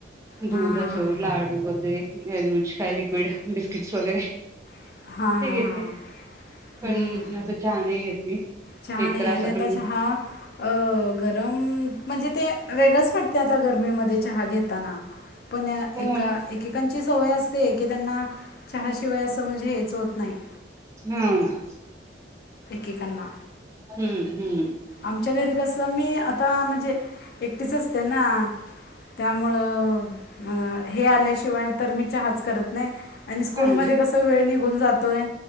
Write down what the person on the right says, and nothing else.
दूध
असं लाडू वगैरे गेलोच काय लिक्विड, बिस्किट्स वगैरे
ते घेते
पण
असं चहा नाही घेत
एक
तर असं
पण
हो
हो ना
हम्म हम्म
हा